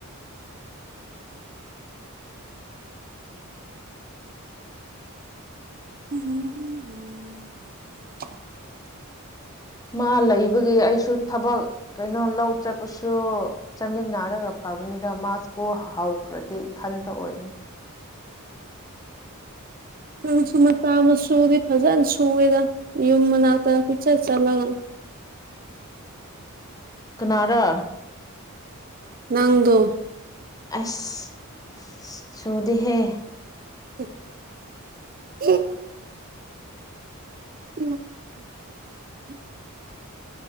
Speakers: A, on the right; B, on the left.
A: <inaudible>
B: ꯃꯥ ꯂꯩꯕꯒꯤ ꯑꯩꯁꯨ ꯊꯕꯛ ꯀꯩꯅꯣ ꯂꯧ ꯆꯠꯄꯁꯨ ꯆꯥꯃꯤꯟꯅꯔꯒ ꯐꯕꯅꯤꯗ ꯃꯥ ꯁꯀꯨ꯭ꯜ ꯍꯥꯎꯈ꯭ꯔꯗꯤ ꯏꯊꯟꯇ ꯑꯣꯏꯔꯅꯤ
A: ꯅꯪꯁꯨ ꯃꯆꯥ ꯃꯁꯨꯗꯤ ꯐꯖꯟꯅ ꯁꯨꯋꯦꯗ ꯌꯨꯝ ꯃꯅꯥꯛꯇ ꯀꯣꯆꯠ ꯆꯠꯂꯒ <inaudible>
B: ꯀꯅꯥꯔꯥ
A: ꯅꯪꯗꯣ
B: ꯑꯁ ꯁꯨꯗꯦꯍꯦ
A: <inaudible> <unintelligible>